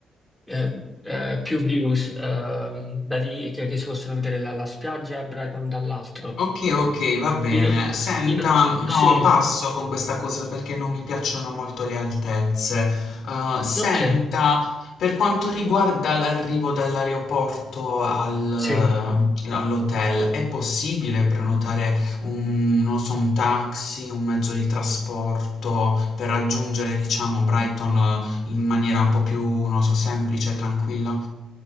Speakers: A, in the centre; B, on the left.
A: eh, eh, più views ehm, da lì che, che si possono vedere la, la spiaggia a Brighton dall'altro.
B: Ok, ok, va bene.
A: In,
B: Senta,
A: in-
B: no,
A: sì,
B: passo con questa cosa perché non mi piacciono molto le altezze. Uh, senta,
A: ok,
B: per quanto riguarda l'arrivo dall'aeroporto al-
A: sì.
B: eh, all'hotel, è possibile prenotare un, non so, un taxi, un mezzo di trasporto per raggiungere, diciamo, Brighton eh, in maniera un po' più, non so, semplice e tranquilla?